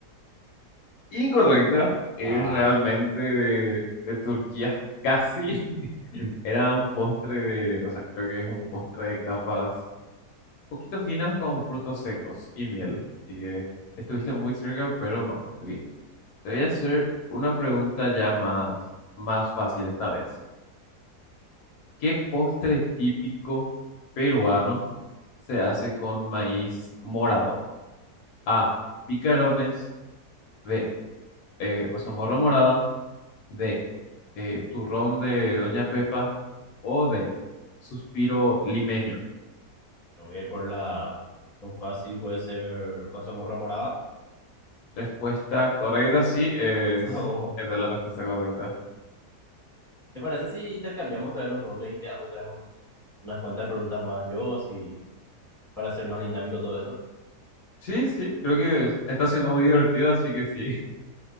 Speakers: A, on the left (about 75°); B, in the centre.
A: incorrecta. Es
B: Ah,
A: realmente de, de Turquía. Casi <laughs> era un postre de, o sea, creo que es un postre de capas poquito finas con frutos secos y miel. Así que estuviste muy cerca, pero no. Ok, Te voy a hacer una pregunta ya más, más fácil esta vez. ¿Qué postre típico peruano se hace con maíz morado? A. Picarones. B. eh, mazamorra morada. de eh, turrón de Doña Pepa o de suspiro limeño.
B: me voy a ir por la opción fácil, puede ser la Zamorra Morada.
A: Respuesta correcta, sí, es,
B: <laughs> No.
A: esa es la respuesta correcta.
B: ¿Te parece si intercambiamos otra vez los roles y te hago otra vez un- unas cuantas preguntas más yo, así para hacer más dinámico todo esto?
A: Sí, sí, creo que es- está siendo muy divertido, así que sí.